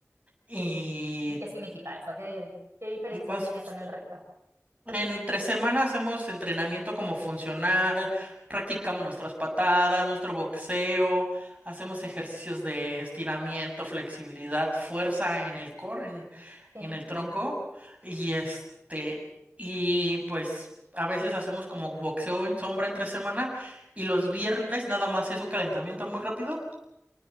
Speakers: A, on the right (about 25°); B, on the right (about 55°).
A: y
B: ¿Y qué significa eso? ¿Qué, qué diferencia
A: pues
B: tiene con el resto?
A: Entre semana hacemos entrenamiento como funcional, practicamos nuestras patadas, nuestro boxeo, hacemos ejercicios de estiramiento, flexibilidad, fuerza en el core, en,
B: Sí.
A: en el tronco, y este, y pues a veces hacemos como boxeo en sombra entre semana, y los viernes nada más es un calentamiento muy rápido,